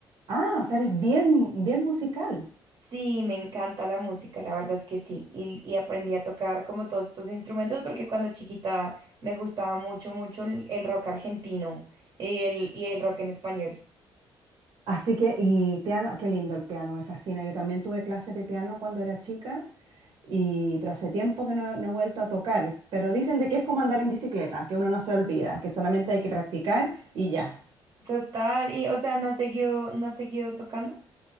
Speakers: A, on the right; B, on the right.
A: Ah, o sea, eres bien, bien musical.
B: Sí, me encanta la música, la verdad es que sí. Y, y aprendí a tocar como todos estos instrumentos porque cuando chiquita me gustaba mucho, mucho el, el rock argentino y el, y el rock en español.
A: Así que, y piano, qué lindo el piano, me fascina. Yo también tuve clases de piano cuando era chica, y, pero hace tiempo que no, no he vuelto a tocar. Pero dicen de que es como andar en bicicleta, que uno no se olvida, que solamente hay que practicar y ya.
B: Total, y o sea, no has seguido, no has seguido tocando.